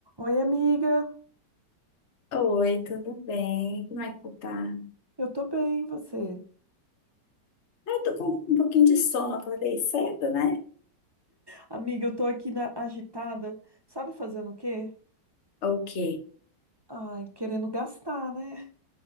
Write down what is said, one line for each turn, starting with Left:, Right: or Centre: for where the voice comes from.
Right: Oi, amiga.
Left: Oi, tudo bem? Como é que tu tá?
Right: Eu tô bem, e você?
Left: Ai, tô com um pouquinho de sono, acordei cedo, né?
Right: Amiga, eu tô aqui na agitada. Sabe fazendo o quê?
Left: Ok.
Right: Ai, querendo gastar, né?